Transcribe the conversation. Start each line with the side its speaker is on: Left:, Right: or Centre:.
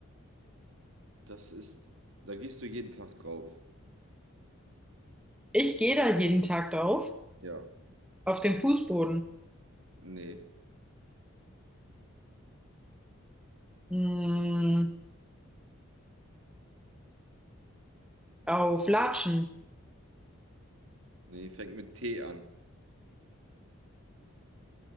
Right: das ist, da gehst du jeden Tag drauf.
Centre: Ich gehe da jeden Tag drauf.
Right: Ja,
Centre: Auf dem Fußboden.
Right: nee,
Centre: Hm, auf Latschen.
Right: nee, fängt mit T an.